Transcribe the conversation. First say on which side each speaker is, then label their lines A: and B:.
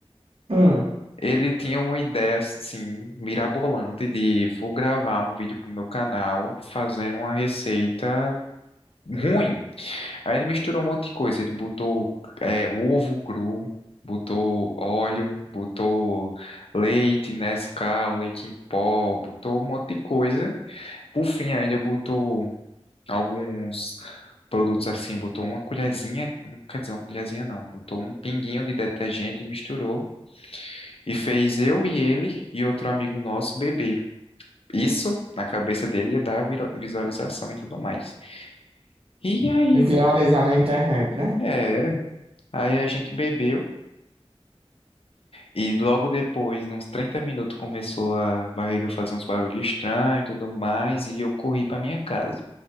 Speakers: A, on the right; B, on the left.
A: Hum,
B: Ele tinha uma ideia assim mirabolante de vou gravar um vídeo pro meu canal fazendo uma receita ruim. Aí ele misturou um monte de coisa. Ele botou é, ovo cru, botou óleo, botou leite Nescau, leite em pó, botou um monte de coisa. Por fim, aí ele botou alguns produtos assim, botou uma colherzinha, um, quer dizer, uma colherzinha não, botou um pinguinho de detergente e misturou. E fez eu e ele e outro amigo nosso beber. Isso, na cabeça dele, ia dar viro- visualização e tudo mais. E aí,
A: viralizar na internet, né?
B: era. Aí a gente bebeu. E logo depois, uns 30 minutos, começou a barriga fazer uns barulhos estranhos e tudo mais. E eu corri pra minha casa.